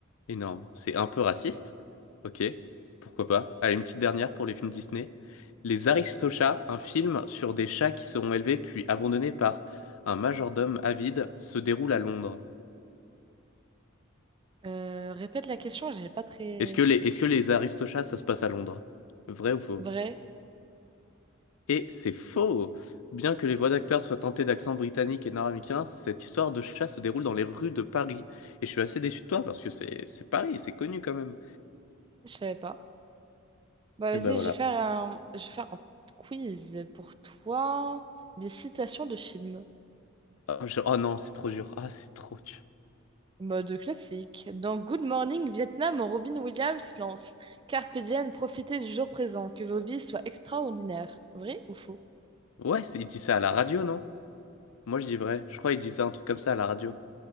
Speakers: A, on the left; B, on the right.
A: Énorme. C'est un peu raciste. Ok, pourquoi pas. Allez, une petite dernière pour les films Disney. Les Aristochats, un film sur des chats qui seront élevés puis abandonnés par un majordome avide, se déroule à Londres.
B: Euh, répète la question, j'ai pas très...
A: Est-ce que les,
B: très-
A: est-ce que les Aristochats, ça se passe à Londres? Vrai ou faux?
B: Vrai,
A: Et c'est faux! Bien que les voix d'acteurs soient teintées d'accent britannique et nord-américain, cette histoire de chat se déroule dans les rues de Paris. Et je suis assez déçu de toi parce que c'est c'est Paris, c'est connu quand même.
B: je savais pas. Bah
A: Et
B: vas-y,
A: ben voilà.
B: je vais faire un... je vais faire un quiz pour toi. Des citations de films.
A: Ah, je- Oh, non, c'est trop dur. Ah, c'est trop dur.
B: Mode classique. Dans Good Morning Vietnam, Robin Williams lance Carpe diem, profitez du jour présent, que vos vies soient extraordinaires. Vrai ou faux?
A: Ouais, c'est- il dit ça à la radio, non? Moi, je dis vrai. Je crois qu'il disait un truc comme ça à la radio.